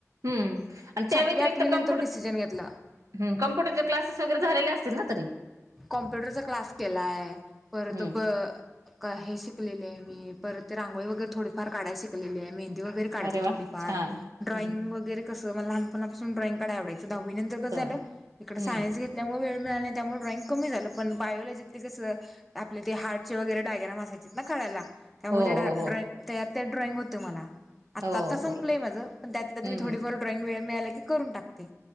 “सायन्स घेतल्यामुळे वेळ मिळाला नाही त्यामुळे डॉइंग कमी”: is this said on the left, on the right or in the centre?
Centre